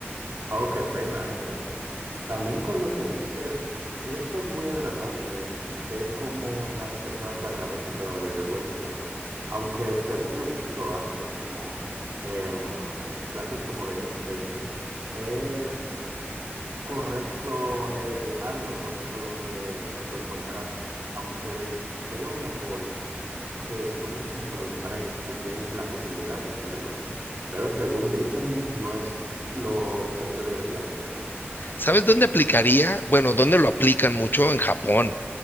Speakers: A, on the right; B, on the left.
A: Oh, qué pena eso. También con lo que dices, eso es muy agradable, ver cómo las personas te agradecen cuando le devuelves algo. Aunque según he visto antes, como en clases como de ética y así, es correcto eh, dejar los objetos donde lo encontraste, aunque veo mejor que tú mismo se lo entregues si tienes la posibilidad de hacerlo. Pero según dicen, no es lo que se debería hacer.
B: ¿Sabes dónde aplicaría? Bueno, ¿dónde lo aplican mucho? En Japón.